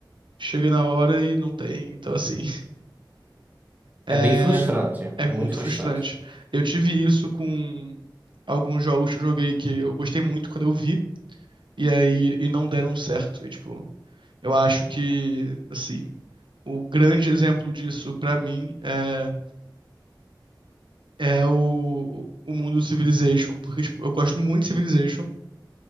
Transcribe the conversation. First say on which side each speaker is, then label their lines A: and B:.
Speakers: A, on the right; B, on the right.
A: chega na hora e não tem. Então, assim, <laughs> é,
B: É bem frustrante.
A: é muito
B: Muito frustrante.
A: frustrante. Eu tive isso com alguns jogos que eu joguei que eu gostei muito quando eu vi. E aí, e não deram certo. E, tipo, eu acho que, assim, o grande exemplo disso pra mim é, é o, o mundo do Civilization. Porque, tipo, eu gosto muito de Civilization,